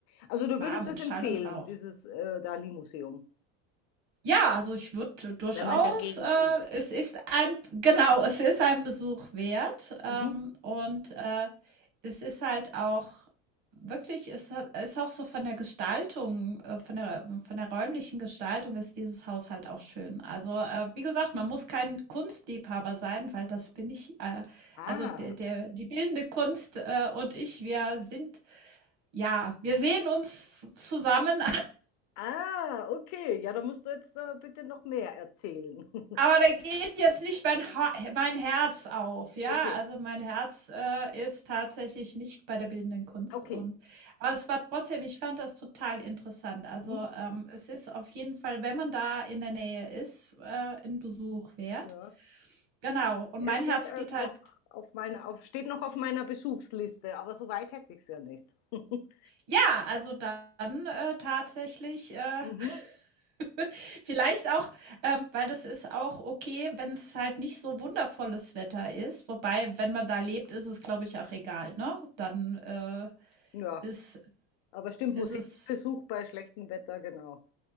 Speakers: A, on the left; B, on the right.
A: Also du
B: Namen,
A: würdest das
B: Schall
A: empfehlen,
B: und Rauch.
A: dieses äh, Dali-Museum,
B: Ja, also ich würde durchaus
A: wenn man in der Gegend
B: äh,
A: ist.
B: es ist ein genau, es ist ein Besuch wert, ähm,
A: Mhm.
B: und, äh, es ist halt auch wirklich es hat ist auch so von der Gestaltung äh, von der von der räumlichen Gestaltung ist dieses Haus halt auch schön. Also, äh, wie gesagt, man muss kein Kunstliebhaber sein, weil das bin ich, äh
A: Ah,
B: also der der die bildende Kunst, äh, und ich, wir sind ja, wir sehen uns zusammen
A: ah, okay. Ja, da musst du jetzt äh, bitte noch mehr erzählen. <laughs>
B: Aber da geht jetzt nicht mein, mein Herz auf, ja?
A: Okay,
B: Also mein Herz äh, ist tatsächlich nicht bei der bildenden Kunst.
A: okay.
B: Und, aber es war trotzdem, ich fand das total interessant. Also
A: Mhm.
B: ähm, es ist auf jeden Fall, wenn man da in der Nähe ist, äh, ein Besuch wert.
A: Ja.
B: Genau. Und
A: Er
B: mein
A: steht
B: Herz
A: äh,
B: geht halt
A: noch auf meiner, auf, steht noch auf meiner Besuchsliste, aber so weit hätte ich es ja nicht. <laughs>
B: Ja, also dann, äh, tatsächlich, äh,
A: Mhm.
B: <laughs> vielleicht auch ähm, weil das ist auch okay, wenn es halt nicht so wundervolles Wetter ist. Wobei, wenn man da lebt, ist es, glaube ich, auch egal, ne? Dann, äh,
A: Ja,
B: ist
A: aber stimmt,
B: ist
A: Museumsbesuch
B: es
A: bei schlechtem Wetter, genau.